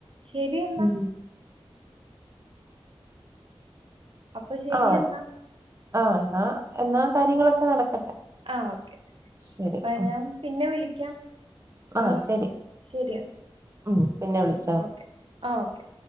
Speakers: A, on the right (about 65°); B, on the right (about 30°).
A: ശെരിന്ന
B: ഉം
A: അപ്പൊ ശരിയെന്നാ
B: ആഹ് ആഹ് എന്നാ എന്നാ കാര്യങ്ങളൊക്കെ നടക്കട്ടെ
A: ആഹ് ഓക്കെ
B: ശരി
A: അപ്പ
B: ഉം
A: ഞാൻ പിന്നെ വിളിക്കാം അപ്പൊ
B: ആഹ് ശരി
A: ശരി എന്നാ
B: ഉം പിന്നെ വിളി
A: ഓക്കെ ആഹ് ഓക്കെ